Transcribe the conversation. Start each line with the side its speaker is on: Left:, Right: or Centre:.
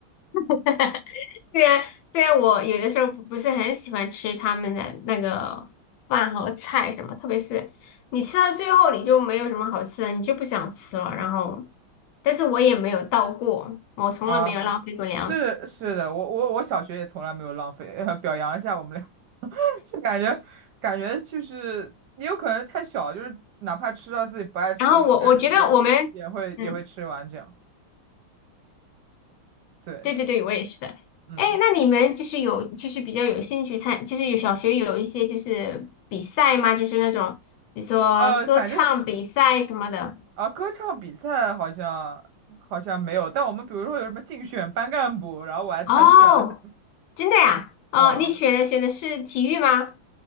Left: <laughs> 虽然虽然我有的时候不不是很喜欢吃他们的那个饭和菜什么，特别是你吃到最后你就没有什么好吃的，你就不想吃了。然后，但是我也没有倒过，我从来没有浪费过粮食。
Right: 啊，是是的，我我我小学也从来没有浪费，<laughs> 呃表扬一下我们俩，<laughs> 就感觉感觉就是也有可能太小，就是哪怕吃到自己不爱吃的菜，
Left: 然后我我觉得我们，
Right: 也也也会也会吃完这样。
Left: 嗯，
Right: 对，
Left: 对对对，我也是的。
Right: 嗯，
Left: 哎，那你们就是有就是比较有兴趣参，就是有小学有一些就是比赛吗？就是那种比如说歌唱比赛什么的。
Right: 呃，反正啊，歌唱比赛好像好像没有，但我们比如说有什么竞选班干部，然后我还参选了什么，
Left: 哦。真的呀？哦，
Right: 嗯嗯
Left: 你选的选的是体育吗？